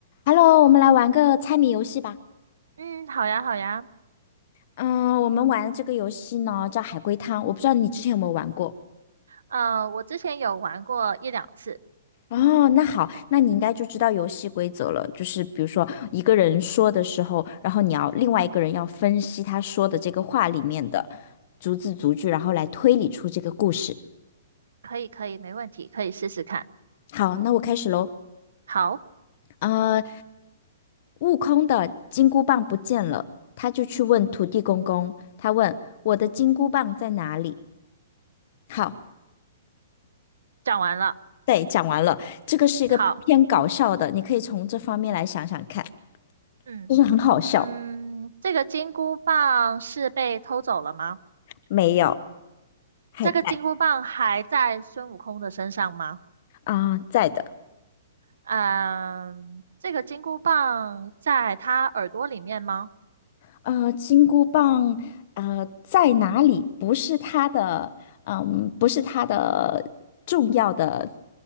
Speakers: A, on the left; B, on the right.
A: Hello，我们来玩个猜谜游戏吧。
B: 嗯，好呀，好呀。
A: 嗯，我们玩这个游戏呢叫海龟汤，我不知道你之前有没有玩过。
B: 呃，我之前有玩过一两次，
A: 哦，那好，那你应该就知道游戏规则了。就是比如说一个人说的时候，然后你要另外一个人要分析他说的这个话里面的逐字逐句，然后来推理出这个故事。
B: 可以，可以，没问题，可以试试看。
A: 好，那我开始喽。
B: 好，
A: 呃，悟空的金箍棒不见了，他就去问土地公公，他问我的金箍棒在哪里？好。
B: 讲完了。
A: 对，讲完了，这个是一个偏搞笑的，
B: 好，
A: 你可以从这方面来想想看，
B: 嗯
A: 就是很好笑。
B: 嗯，这个金箍棒是被偷走了吗？
A: 没有，还在
B: 这个金箍棒还在孙悟空的身上吗？
A: 啊、在的。
B: 嗯，这个金箍棒在他耳朵里面吗
A: 呃，金箍棒，呃，在哪里？不是它的，嗯，不是它的重要的